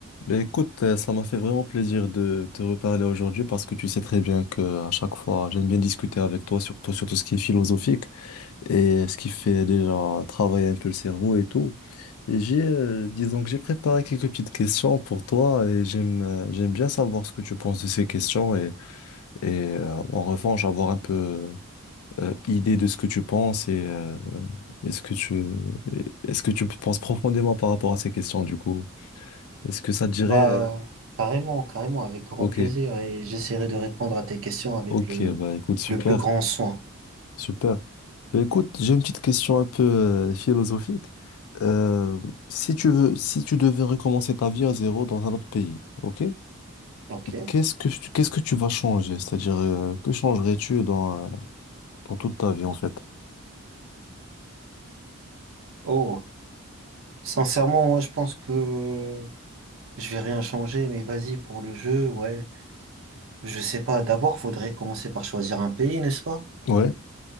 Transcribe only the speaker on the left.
Ben écoute, euh, ça m'a fait vraiment plaisir de te reparler aujourd'hui parce que tu sais très bien que à chaque fois, j'aime bien discuter avec toi, surtout sur tout ce qui est philosophique et ce qui fait déjà travailler un peu le cerveau et tout. Et j'ai, euh, disons que j'ai préparé quelques petites questions pour toi et j'aime euh, j'aime bien savoir ce que tu penses de ces questions et, et euh, en revanche avoir un peu euh, idée de ce que tu penses et euh, est-ce que tu est-ce que tu penses profondément par rapport à ces questions du coup? Est-ce que ça te dirait
euh,
Ok.
Ok,
bah écoute, super,
super. Bah, écoute, j'ai une petite question un peu euh, philosophique. Euh, si tu veux, si tu devais recommencer ta vie à zéro dans un autre pays, ok?
Qu'est-ce que tu, qu'est-ce que tu vas changer? C'est-à-dire, euh, que changerais-tu dans, euh, dans toute ta vie en fait?
Ouais,